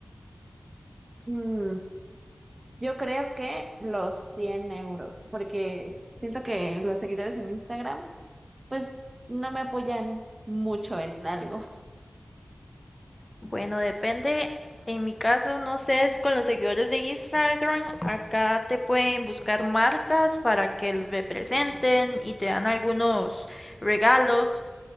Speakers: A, on the right (about 45°); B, on the left (about 25°).
A: Mm, yo creo que los 100 euros, porque siento que los seguidores en Instagram, pues no me apoyan mucho en algo.
B: Bueno, depende. En mi caso, no sé, es con los seguidores de Instagram. Acá te pueden buscar marcas para que los representen y te dan algunos regalos.